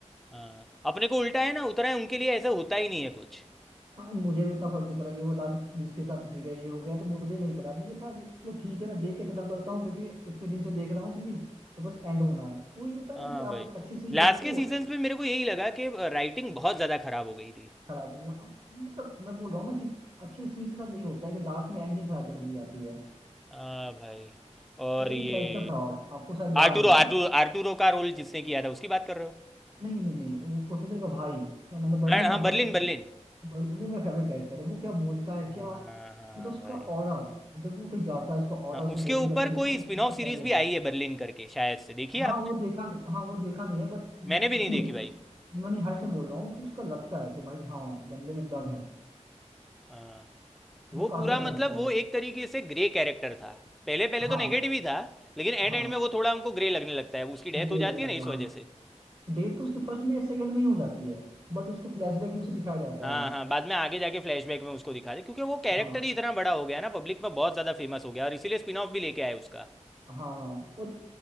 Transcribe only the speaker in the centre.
हाँ अपने को उल्टा है ना उतना है उनके लिए ऐसा होता ही नहीं है कुछ
हाँ
भाई
लास्ट
के
सीजन्स में मेरे को यही लगा कि राइटिंग बहुत ज़्यादा खराब हो गई थी
हाँ भाई और
ये
आर्टूरो
आर्टू आर्टूरो का रोल जिसने किया था उसकी बात कर रहे हो
हाँ
हाँ बर्लिन
बर्लिन
हाँ
हाँ
भाई
हाँ
उसके
ऊपर
कोई स्पिन
ऑफ सीरीज
भी
आई है बर्लिन करके शायद से देखी
है आपने
मैंने भी
नहीं देखी भाई
हाँ
वो
पूरा
मतलब
वो
एक तरीके से ग्रे कैरेक्टर था पहले पहले
तो नेगेटिव ही था लेकिन एंड
एंड में वो थोड़ा हमको ग्रे लगने लगता है उसकी डेथ
हो जाती
है
ना इस
वजह से
हाँ
हाँ बाद में आगे जाके फ्लैशबैक में उसको दिखाते क्योंकि वो कैरेक्टर
ही इतना बड़ा हो गया ना पब्लिक में बहुत ज़्यादा फेमस हो गया और इसीलिए स्पिन ऑफ भी लेके आए उसका